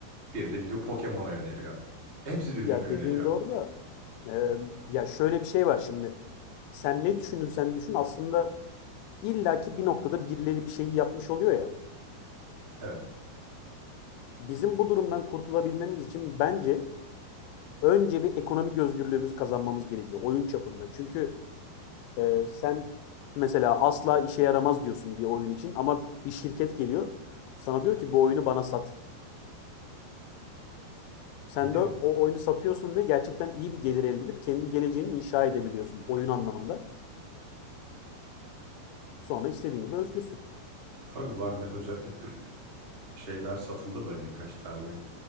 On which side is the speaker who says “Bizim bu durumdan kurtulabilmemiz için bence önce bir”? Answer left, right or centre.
Left